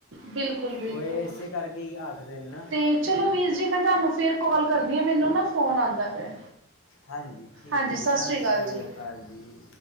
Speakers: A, on the right; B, on the left.
A: ਬਿਲਕੁਲ ਬਿਲਕੁਲ
B: ਉਹ ਇ ਏਸੇ ਕਰਕੇ ਈ ਆਖਦੇ ਨੇ ਨਾ।
A: ਤੇ ਚਲੋ ਵੀਰ ਜੀ ਮੈਂ ਧਾਨੂੰ ਫਿਰ ਕੌਲ ਕਰਦੀ ਆਂ ਮੈਨੂੰ ਨਾ ਫੋਨ ਆਂਦਾ ਪਿਆ।
B: ਹਾਂਜੀ ਠੀਕ
A: ਹਾਂਜੀ
B: ਐ ਜੀ ਸਤਿ
A: ਅਕਾਲ
B: ਸ਼੍ਰੀ
A: ਜੀ।
B: ਅਕਾਲ ਜੀ।